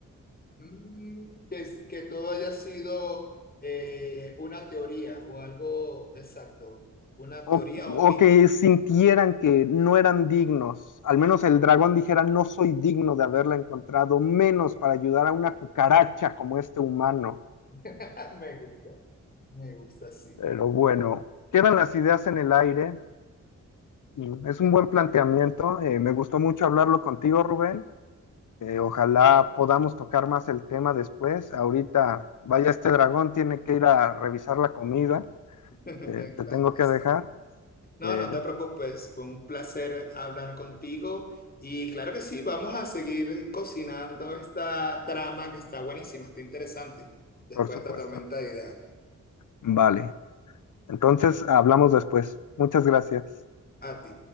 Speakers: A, on the left; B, on the left.
A: Mm, que, es- que todo haya sido eh, una teoría o algo exacto, una
B: o,
A: teoría o un mito.
B: o que sintieran que no eran dignos, al menos el dragón dijera no soy digno de haberla encontrado, menos para ayudar a una cucaracha como este humano,
A: <laughs> Me gusta, me gusta, sí.
B: pero bueno. Quedan las ideas en el aire, Mm, Es un buen planteamiento. eh, me gustó mucho hablarlo contigo, Rubén. eh, ojalá podamos tocar más el tema después. Ahorita, vaya, este dragón tiene que ir a revisar la comida.
A: <laughs>
B: eh, te
A: Claro
B: tengo que
A: que sí.
B: dejar,
A: No,
B: eh,
A: no te preocupes, fue un placer hablar contigo y claro que sí, vamos a seguir cocinando esta trama que está buenísima, está interesante, después
B: por supuesto.
A: de esta tormenta de ideas.
B: Vale. Entonces, hablamos después. Muchas gracias.
A: A ti.